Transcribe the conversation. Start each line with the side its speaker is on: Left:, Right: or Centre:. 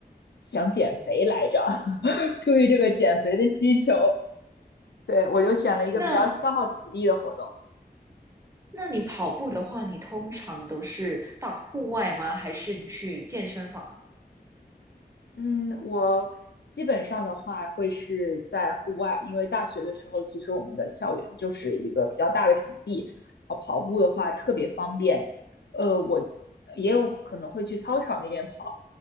Left: 想减肥来着，<laughs> 出于这个减肥的需求，对我就选了一个比较消耗体力的活动。
Right: 那那你跑步的话，你通常都是到户外吗？还是你去健身房？
Left: 嗯，我基本上的话会是在户外，因为大学的时候，其实我们的校园就是一个比较大的场地，啊，跑步的话特别方便。呃，我也有可能会去操场那边跑，